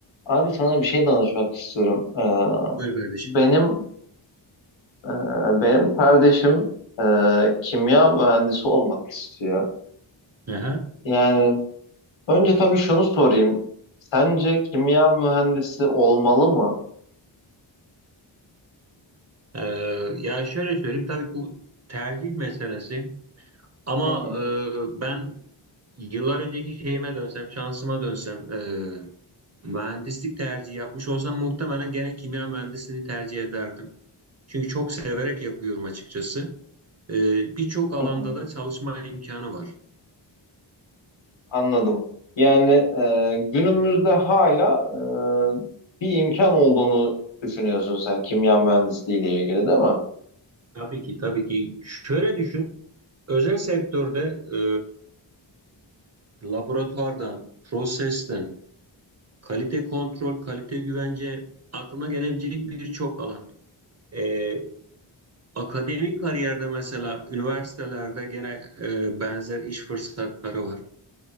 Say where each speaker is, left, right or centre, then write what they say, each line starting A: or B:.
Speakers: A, on the left; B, on the right.
A: Abi sana bir şey danışmak istiyorum. Ee,
B: Buyur kardeşim.
A: benim e, benim kardeşim e, kimya mühendisi olmak istiyor.
B: Aha.
A: Yani önce tabii şunu sorayım. Sence kimya mühendisi olmalı mı?
B: Ee, ya şöyle söyleyeyim tabii bu tercih meselesi ama
A: Hı hı,
B: e, ben yıllar önceki şeyime dönsem şansıma dönsem e, mühendislik tercihi yapmış olsam muhtemelen gene kimya mühendisliğini tercih ederdim. Çünkü çok severek yapıyorum açıkçası. E, birçok alanda
A: hı hı.
B: da çalışma imkanı var.
A: Anladım. Yani e, günümüzde hala e, bir imkan olduğunu düşünüyorsun sen kimya mühendisliği ile ilgili değil mi?
B: Tabii ki tabii ki şöyle düşün özel sektörde e, laboratuvardan, prosesten, Kalite kontrol, kalite güvence aklına gelebilecek birçok alan. Ee, akademik kariyerde mesela üniversitelerde gene e, benzer iş fırsatları var.